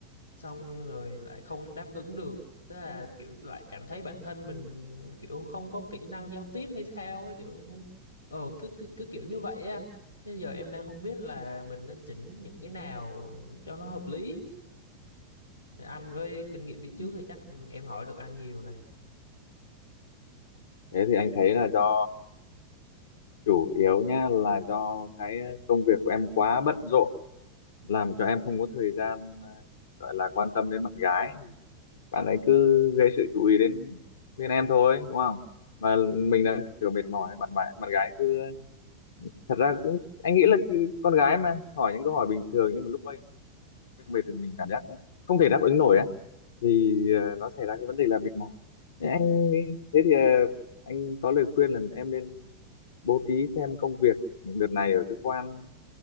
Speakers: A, on the left (about 80°); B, on the left (about 60°).
A: xong rồi lại không đáp ứng được tức là kiểu lại cảm thấy bản thân mình kiểu không có kỹ năng giao tiếp hay sao ấy kiểu ờ cứ cứ, cứ kiểu như vậy á anh thế giờ em đang không biết là mình nên chỉnh những cái nào cho nó hợp lý anh với kinh nghiệm đi trước
B: Ừ.
A: thì chắc em hỏi được anh nhiều này
B: Thế thì anh thấy là do chủ yếu nha là do cái công việc của em quá bận rộn làm cho em không có thời gian ờ, gọi là quan tâm đến bạn gái. Bạn ấy cứ gây sự chú ý đến đến em thôi đúng không? Mà mình đang kiểu mệt mỏi bạn bạn bạn gái cứ thật ra cũng anh nghĩ là cứ- con gái mà hỏi những câu hỏi bình thường nhưng mà lúc mệt thì mình cảm giác nó không thể đáp ứng nổi á thì ờ, nó xảy ra cái vấn đề là mệt mỏi thế anh thế thì ờ, anh có lời khuyên là em nên bố trí xem công việc đợt này ở cơ quan